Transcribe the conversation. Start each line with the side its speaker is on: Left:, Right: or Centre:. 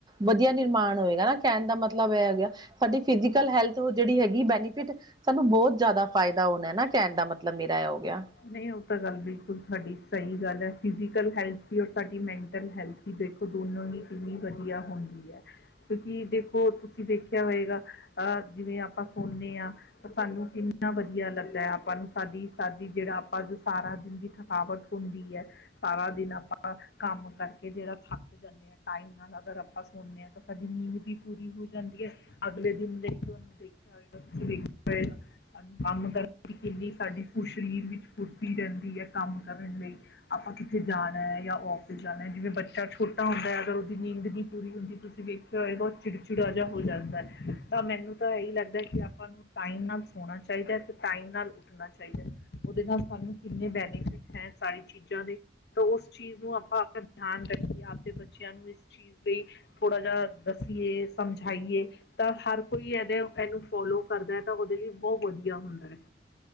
Right: ਵਧੀਆ ਨਿਰਮਾਣ ਹੋਵੇਗਾ ਨਾ ਕਹਿਣ ਦਾ ਮਤਲਬ ਸਾਡੀ ਫਿਜ਼ਕਲ ਹੈਲਥ ਜਿਹੜੀ ਹੈਗੀ ਬੈਨੀਫਿਟ ਸਾਨੂੰ ਬਹੁਤ ਜ਼ਿਆਦਾ ਫਾਇਦਾ ਹੋਣਾ ਨਾ ਕਹਿਣ ਦਾ ਮਤਲਬ ਮੇਰਾ ਐ ਹੋ ਗਿਆ।
Left: ਨਹੀਂ ਉਹ ਤਾਂ ਗੱਲ ਬਿਲਕੁਲ ਤੁਹਾਡੀ ਸਹੀ ਗੱਲ ਹੈ ਫਿਜੀਕਲ ਹੈਲਥ ਵੀ ਔਰ ਤੁਹਾਡੀ ਮੈਂਟਲ ਹੈਲਥ ਕਿ ਦੇਖੋ ਦੋਨੋਂ ਹੀ ਕਿੰਨੀ ਵਧੀਆ ਹੁੰਦੀ ਏ। ਕਿਉਂਕਿ ਦੇਖੋ ਤੁਸੀਂ ਦੇਖਿਆ ਹੋਏਗਾ। ਅ ਜਿਵੇਂ ਆਪਾਂ ਸੁਣੇ ਆ ਤਾ ਸਾਨੂੰ ਕਿੰਨਾ ਵਧੀਆ ਲੱਗਦਾ ਏ ਆਪਾਂ ਨੂੰ ਸਾਡੀ ਸਾਡੀ ਜਿਹੜਾ ਆਪਾਂ ਜੋ ਸਾਰਾ ਦਿਨ ਦੀ ਥਕਾਵਟ ਹੁੰਦੀ ਹੈ ਸਾਰਾ ਦਿਨ ਆਪਾਂ ਕੰਮ ਕਰਕੇ ਜਿਹੜਾ ਥੱਕ ਜਾਨੇ ਆ। ਟਾਈਮ ਨਾਲ ਅਗਰ ਆਪਾਂ ਸੌਣੇ ਆ ਤਾਂ ਸਾਡੀ ਨੀਂਦ ਵੀ ਪੂਰੀ ਹੋ ਜਾਂਦੀ ਏ। ਅਗਲੇ ਦਿਨ ਦੇ ਤੁਹਾਨ ਦੇਖਿਆ ਹੋਵੇਗਾ ਤੁ ਦੇਖਿਆ ਹੋੲਏਗਾ। ਸਾਨੂੰ ਕੰਮ ਕਰਨ ਦੀ ਕਿੰਨੀ ਸਾਡੀ ਸਰੀਰ ਵਿੱਚ ਫੁਰਤੀ ਰਹਿੰਦੀ ਏ ਕੰਮ ਕਰਨ ਲਈ। ਆਪਾਂ ਕਿੱਥੇ ਜਾਣਾ ਹੈ ਜਾਂ ਔਫਿਸ ਜਾਣਾ ਜਿਵੇਂ ਬੱਚਾ ਛੋਟਾ ਹੁੰਦਾ ਹੈ ਅਗਰ ਉਹਦੀ ਨੀਂਦ ਨਹੀਂ ਪੂਰੀ ਹੁੰਦੀ ਤੁਸੀਂ ਵੇਖ ਖੀਆ ਹੋਏਗਾ ਚਿੜਚਿੜਾ ਜਿਹਾ ਹੋ ਜਾਂਦਾ ਹੈ। ਤਾਂ ਮੈਨੂੰ ਤਾਂ ਇਹੀ ਲੱਗਦਾ ਕਿ ਆਪਾਂ ਨੂੰ ਟਾਈਮ ਨਾਲ ਸੋਣਾ ਚਾਹੀਦਾ ਹੈ ਤੇ ਟਾਈਮ ਨਾਲ ਉੱਠਣਾ ਚਾਹੀ ਚਾਹੀਦੈ। ਉਹਦੇ ਨਾਲ ਸਾਨੂੰ ਕਿੰਨੇ ਬੈਨੀਫਿਟ ਹੈ ਸਾਰੀ ਚੀਜ਼ਾਂ ਦੇ। ਤਾਂ ਉਸ ਚੀਜ਼ ਨੂੰ ਆਪਾਂ ਆਪ ਧਿਆਨ ਰੱਖੀਏ ਆਪਦੇ ਬੱਚਿਆਂ ਨੂੰ ਇਸ ਚੀਜ਼ ਲਈ ਥੋੜ੍ਹਾ ਜਿਹਾ ਦੱਸੀਏ ਸਮਝਾਈਏ ਤਾਂ ਹਰ ਕੋਈ ਇਹਦੇ ਇਹਨੂੰ ਫੋਲੋ ਕਰਦਾ ਹੈ ਉਹਦੇ ਲਈ ਬਹੁਤ ਵਧੀਆ ਹੁੰਦਾ ਹੈ।